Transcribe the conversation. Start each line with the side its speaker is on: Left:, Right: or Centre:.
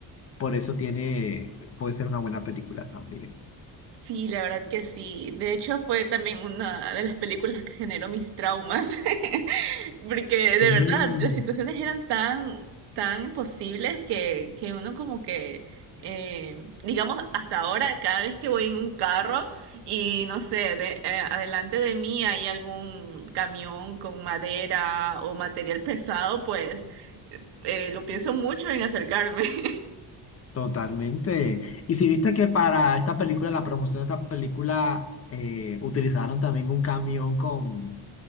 Left: por eso tiene, puede ser una buena película también.
Right: Sí, la verdad que sí. De hecho, fue también una de las películas que generó mis traumas. <laughs> Porque
Left: Sí,
Right: de verdad, las situaciones eran tan, tan imposibles que, que uno como que, eh, digamos, hasta ahora, cada vez que voy en un carro y no sé, de- eh, adelante de mí hay algún camión con madera o material pesado, pues eh, lo pienso mucho en acercarme. <laughs>
Left: totalmente. Y si viste que para esta película, la promoción de esta película, eh, utilizaron también un camión con,